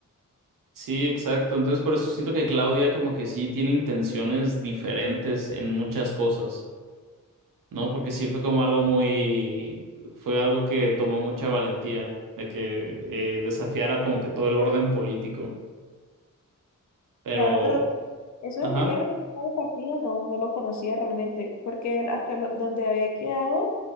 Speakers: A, on the right (about 80°); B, on the left (about 60°).
A: Sí, exacto. Entonces por eso siento que Claudia como que sí tiene intenciones diferentes en muchas cosas, ¿no? Porque sí fue como algo muy, fue algo que tomó mucha valentía de que eh, desafiara como que todo el orden político. Pero,
B: Claro, pero eso
A: ajá.
B: de que había renunciado al partido no, no lo conocía realmente, porque él hasta lo- donde había quedado